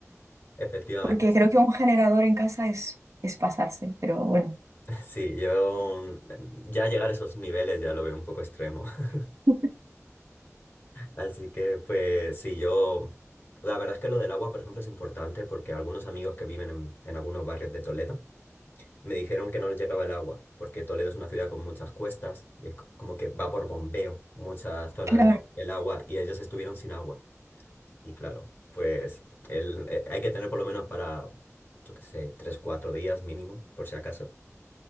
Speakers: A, on the left; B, on the right.
A: Efectivamente,
B: porque
A: sí.
B: creo que un generador en casa es, es pasarse, pero bueno,
A: <laughs> Sí, yo mm, ya llegar a esos niveles ya lo veo un poco extremo. <laughs>
B: <laughs>
A: Así que, pues sí, yo... La verdad es que lo del agua, por ejemplo, es importante porque algunos amigos que viven en en algunos barrios de Toledo, Me dijeron que no les llegaba el agua, porque Toledo es una ciudad con muchas cuestas y es co- como que va por bombeo mucha zona
B: claro,
A: de- del agua y ellos estuvieron sin agua. Y claro, pues el, eh, hay que tener por lo menos para, yo qué sé, tres, cuatro días mínimo, por si acaso.